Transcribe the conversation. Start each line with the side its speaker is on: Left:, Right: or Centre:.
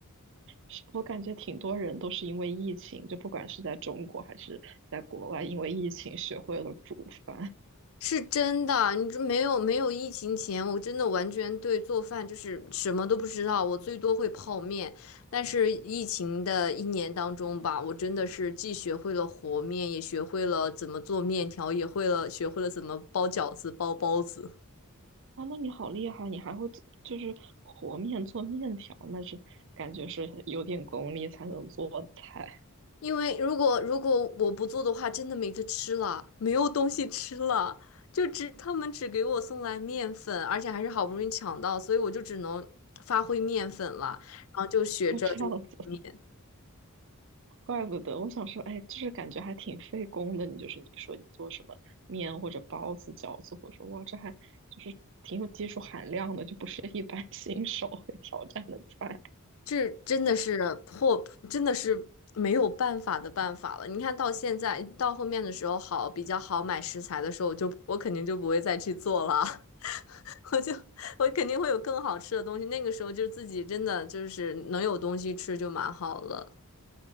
Right: 是我感觉挺多人都是因为疫情，就不管是在中国还是在国外，因为疫情学会了煮饭。
Left: <laughs> 是真的。你这没有没有疫情前，我真的完全对做饭就是什么都不知道，我最多会泡面。但是疫情的一年当中吧，我真的是既学会了和面，也学会了怎么做面条，也会了学会了怎么包饺子、包包子。
Right: 哇，那你好厉害，你还会做就是和面做面条，那是感觉是有点功力才能做的菜。
Left: 因为如果如果我不做的话，真的没得吃了，没有东西吃了，就只他们只给我送来面粉，而且还是好不容易抢到，所以我就只能发挥面粉了，然后就学着就和面，
Right: 哦，这样子，怪不得我想说，哎，就是感觉还挺费工的。你就是你说你做什么面或者包子、饺子，我说哇，这还就是挺有技术含量的，就不是一般 <laughs> 新手会挑战的菜。
Left: 这真的是破，真的是没有办法的办法了。你看到现在到后面的时候好比较好买食材的时候，我就我肯定就不会再去做了，<laughs> 我就我肯定会有更好吃的东西。那个时候就是自己真的就是能有东西吃就蛮好了。